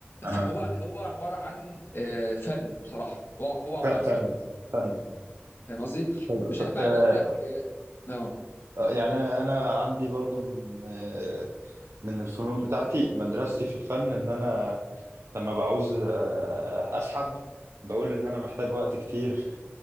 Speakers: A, on the right; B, on the left.
A: أها
B: فهو هو عباره عن آه، فن بصراحه هو هو عباره
A: ف-
B: عن
A: فن
B: فن
A: فن
B: فاهم قصدي
A: طب
B: مش
A: طب
B: هينفع
A: آه
B: ان اقول لك اه اه
A: آه، يعني انا عندي برضو من آه من الفنون بتاعتي مدرستي في الفن ان انا لما بعوز آه اسحب بقول ان انا محتاج وقت كتير